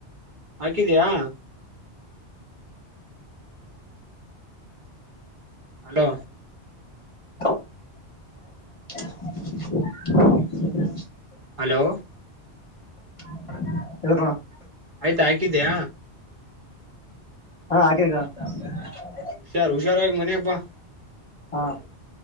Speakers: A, on the right; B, on the left.
A: ಹಾಕಿದಿಯಾ, ಹಲೋ,
B: <unintelligible>
A: ಹಲೋ,
B: <unintelligible>
A: ಆಯ್ತಾ ಹಾಕಿದಿಯ.
B: ಹಾ ಹಾಕಿದಿನಿ <unintelligible>
A: ಹುಷಾರ್ ಹುಷಾರಾಗಿ ಮನೆಗ್ ಬಾ.
B: ಹಾ,